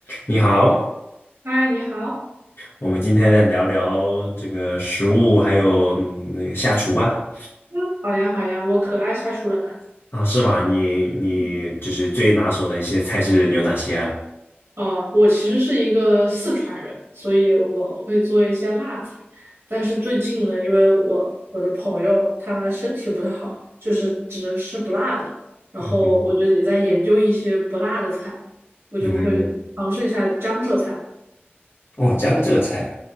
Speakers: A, on the left (about 80°); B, on the right (about 85°).
A: 你好，
B: 嗨，你好。
A: 我们今天来聊聊这个食物，还有嗯下厨吧。
B: 嗯，好呀，好呀，我可爱下厨了呢。
A: 啊，是吗？你你就是最拿手的一些菜是有哪些啊？
B: 嗯，哦，我其实是一个四川人，所以我会做一些辣菜。但是最近呢，因为我我的朋友他身体不太好，就是只能吃不辣的。
A: <laughs>
B: 然后我就也在研究一些不辣的菜，
A: 嗯，
B: 我就会尝试一下江浙菜。
A: 嗯哦，江浙菜啊